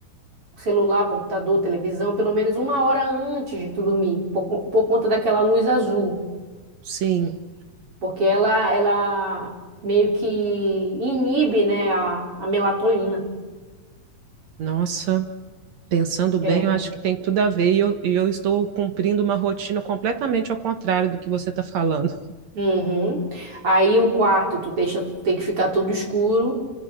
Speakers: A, on the right; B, on the right.
A: celular, computador, televisão, pelo menos uma hora antes de tu dormir, por, co- por conta daquela luz azul,
B: sim.
A: porque ela, ela meio que inibe, né, a, a melatonina.
B: Nossa, pensando bem,
A: É.
B: eu acho que tem tudo a ver e eu, e eu estou cumprindo uma rotina completamente ao contrário do que você está falando.
A: Uhum. Aí o quarto, tu deixa, tem que ficar todo escuro,